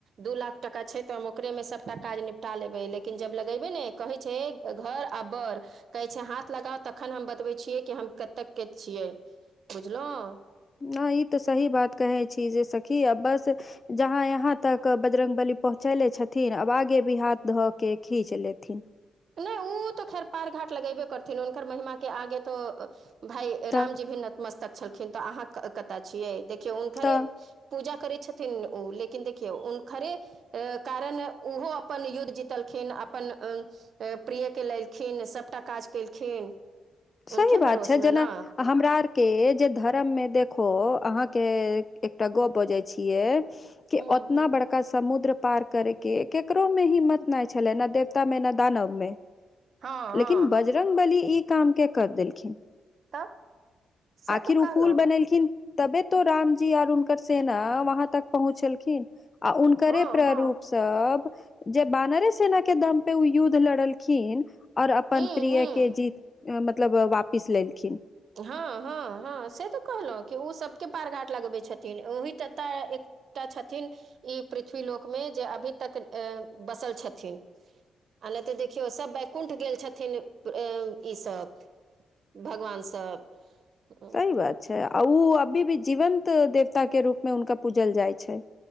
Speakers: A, on the right; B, on the left.
A: दू लाख टाका छै तऽ हम ओकरे में सभटा काज निपटा लेबै लेकिन जब लगेबै ने कहै छै घर आ बड़ कहै छै हाथ लगाउ तखन हम बतबै छियै कि हम कतेक के छियै बुझलहुँ
B: हं ई तऽ सही बात कहै छी जे सखी आ बस जहाँ यहाँ तक बजरंगबली पहुँचैले छथिन अब आगे भी हाथ धऽ के खीच लेथिन
A: नहि उ तऽ खैर पार घाट लगेबे करथिन हुनकर महिमा के आगे तो भाय
B: तऽ
A: राम जी भी नतमस्तक छलखिन तऽ अहाँ कतय छियै देखियौ हुनकरे
B: तऽ
A: पूजा करै छथिन ओ लेकिन देखियौ हुनखरे आ कारण ओहो अपन युद्ध जीतलखिन अपन अऽ प्रिय के लेलखिन सभटा काज केलखिन हुनके
B: सही बात
A: भरोस
B: छै
A: मे
B: जेना
A: न
B: हमरा आर के जे धर्म में देखो अहाँ के एकटा गप्प बजै छियै कि
A: हूँ
B: ओतना
A: हूँ
B: बड़का समुद्र पार करे के केकरो में हिम्मत नऽ छले ने देवता मे ने दानव मे
A: हँ
B: लेकिन
A: हँ
B: बजरंगबली ई काम के कर देलखिन
A: तब से
B: आखिर
A: तो
B: उ
A: कहलहु
B: पूल बनेलखिन तबे तऽ राम जी आर हुनकर सेना वहां तक पहुँचलखिन आ हुनकरे
A: हँ
B: प्ररूप
A: हँ
B: स सब जे बान रे सेना के दम पे ओ युद्ध लड़लखिन और अपन
A: हूँ
B: प्रिय
A: हूँ
B: के जीत मतलब वापिस लेलखिन
A: हाँ हाँ हाँ से तऽ कहलौं कि ओ सभके पार घाट लगबैत छथिन ओही से तऽ छथिन ई पृथ्वी लोक मे जे अभी तक अऽ बसल छथिन ना तऽ देखियौ सब बैकुंठ गेल छथिन ई सभ भगवान सब अ,
B: सही बात छै आ ओ अभी भी जीवन के देवता के रूप मे हुनका पूजल जाइ छै